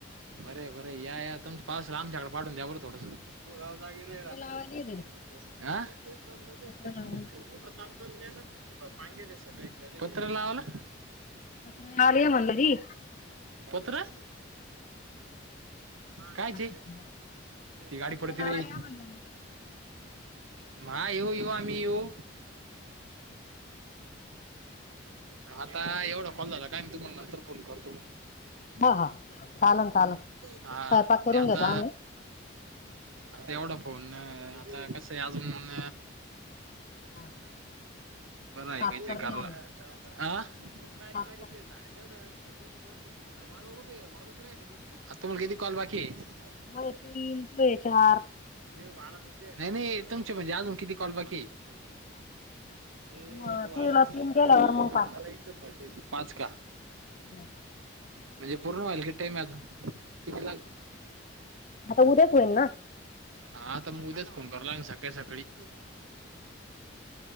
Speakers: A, on the right; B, on the left.
A: बरंय-बरंय, या-या. तुमच्या पावसाला, आमच्याकडे पाठवून द्या बरं थोडसं. तू, गाव जागे रहा
B: पत्र
A: रातचं,
B: लावायला ये घरी
A: आ? मोटर
B: पत्र लावायला
A: चालू करून देणार ते पाणी <unintelligible> गेले सगळे. पत्रा लावला?
B: पत्र नाही आले म्हणलं मी.
A: पत्र. काय
B: असं
A: जी?
B: म्हणलं रे.
A: ती गाडी
B: पत्र
A: पडती
B: लावायला
A: रे.
B: या म्हणलं री.
A: माय येवू-येवू आम्ही येवू? आता, एवढा कॉल झाला काय मी, तुम्हाला नंतर फोन करतो मग.
B: हा हा चालन चालन
A: हा,
B: स्वयंपाक करून
A: ते आता
B: घेतो आम्ही
A: आता एवढा फोननं, आता कसं आहे अजून
B: हा.
A: बरं आहे
B: साखर
A: का, ते
B: नाही
A: कराला
B: आम्ही
A: आ खरच
B: साखर
A: बारीक-बारीक आहेत झाडं. तुमच्या सारखेच वाळूवर उभी आहे, वाळूवर उभी राहीली काय की? हा, तुम्हाला किती कॉल बाकी आहे?
B: मला तीन, तूले चार.
A: नाही-नाही, तुमचे म्हणजे अजून किती कॉल बाकी आहे? हे
B: मग
A: वाळाचं
B: तुला तीन
A: म्हणजे
B: केल्यावर मग पाच
A: मलाईचं फाटक आहे, पाच का?
B: व्हयं.
A: म्हणजे पूर्ण व्हायला किती टाईम आहे अजून? किती लाग
B: आता उद्याच होईल ना?
A: हा. आता मग, उद्याच फोन करावा लागल ना सकाळी-सकाळी.